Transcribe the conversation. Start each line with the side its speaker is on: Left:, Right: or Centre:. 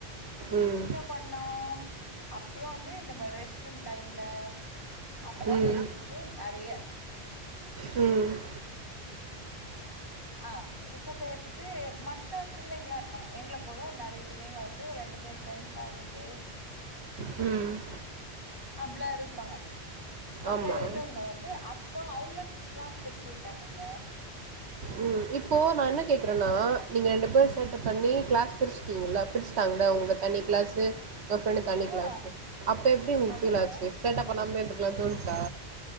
Right: ம்.
Left: இன்னப் பண்ணோ அப்பயு வந்து இந்த மாரி ரெஸ்ட் தும் டைம்ல அப்பல்லா
Right: ம்.
Left: பேசிக்கிற்து நறைய
Right: ம்
Left: ஆம் இப்போ பேசிட்டு மத்த பிள்ளைங்களாருப்பாங்க எங்கள போல நறைய பிள்ளைங்க வந்து ரெண்டு பேர் ஃரெண்ட்ஸ் சார் வந்து
Right: ம்
Left: அப்லா இருப்பாங்க அப்லா
Right: ஆமா.
Left: இருந்தவங்க வந்து அ‌பா இப்போ அவுங்கள கிளாஸ் பிரிச்சு வுட்டாங்கங்க
Right: ம் இப்போ நா என்ன கேட்குறன்னா நீங்க ரெண்டு பேர் சேட்டப் பண்ணி க்ளாஸ் பிரிஸ்ட்டிங்கள பிரிஸ்ட்டாங்கள உங் தனி கிளாஸு உங்க ஃப்ரெண்டு தனி
Left: ஆ
Right: கிளாஸு அப்ப எப்டி உங்ளுக்கு
Left: ஆமாங்க
Right: ஃபில் ஆச்சி சேட்டப் பண்ணாமலே இருந்துர்க்கலான் தோனுச்சா